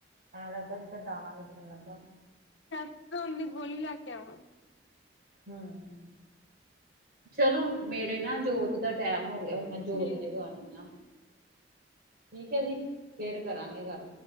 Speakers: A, on the right; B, on the left.
A: ਐ ਲੱਗਦਾ ਜਿਦਾ ਦਾਣਾ ਨਿਕਲਣ ਲੱਗਦਾ।
B: ਕੈਪਸੂਲ ਦੀ ਗੋਲੀ ਲੈਕੇ ਆਵਾਂਗੀ।
A: ਹਮ ਚਲੋ। ਮੇਰੇ ਨਾ ਜੋਤ ਦਾ ਟੈਮ ਹੋ ਗਿਆ ਹ ਮੈਂ ਜੋਤ
B: ਠੀਕ
A: ਜਗਾਉਣੀ
B: ਹੈ ਠੀਕ
A: ਆ। ਠੀਕ ਹੈ ਜੀ ਫੇਰ ਕਰਾਂਗੇ ਗੱਲ।